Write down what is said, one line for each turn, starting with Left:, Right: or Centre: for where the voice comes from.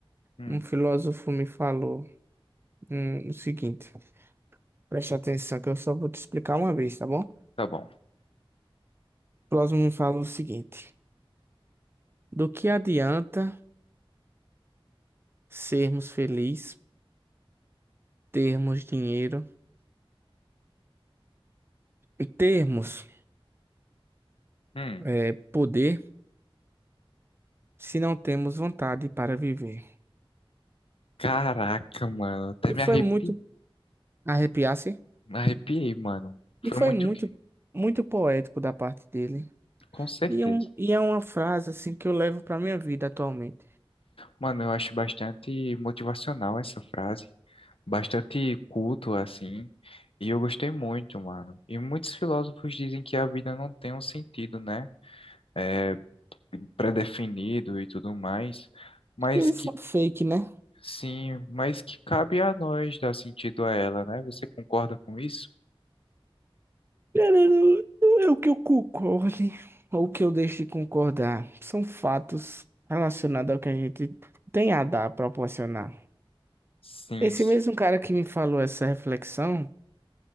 Left: Hum.
Right: um filósofo me falou hum, o seguinte: preste atenção que eu só vou te explicar uma vez, tá bom? O
Left: Tá bom.
Right: filósofo me falou o seguinte: do que adianta sermos felizes, termos dinheiro e termos
Left: Hum.
Right: eh, poder se não temos vontade para viver?
Left: Caraca, mano. Até
Right: E
Left: me
Right: foi
Left: arrepi...
Right: muito arrepiar-se,
Left: me arrepiei, mano. Foi
Right: e foi
Left: muito
Right: muito,
Left: quê?
Right: muito poético da parte dele.
Left: Com certeza.
Right: E, um, e é uma frase assim que eu levo para minha vida atualmente.
Left: Mano, eu acho bastante motivacional essa frase. Bastante culto, assim. E eu gostei muito, mano. E muitos filósofos dizem que a vida não tem um sentido, né? É definido e tudo mais. Mas
Right: Acho que Isso
Left: que,
Right: é fake, né?
Left: sim, mas que cabe a nós dar sentido a ela, né? Você concorda com isso?
Right: Cara, não não é o que eu concorde ou o que eu deixo de concordar. São fatos relacionados ao que a gente tem a dar, a proporcionar.
Left: Sim.
Right: Esse
Left: sim.
Right: mesmo cara que me falou essa reflexão,